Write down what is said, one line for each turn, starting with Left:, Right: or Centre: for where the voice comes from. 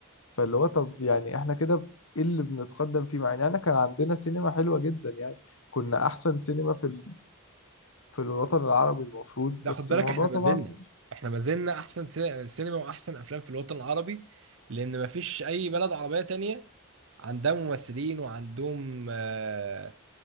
Left: فاللي هو طب يعني احنا كده ايه اللي بنتقدم فيه مع ان احنا كان عندنا سينما حلوه جدا يعني كنا احسن سينما في ال... في الوطن العربي المفروض
Right: لا
Left: بس
Right: خد بالك
Left: الموضوع
Right: احنا ما
Left: طبعا
Right: زلنا احنا ما زلنا احسن سي- سينما واحسن افلام في الوطن العربي لان ما فيش اي بلد عربية تانية عندها ممثلين وعندهم آه،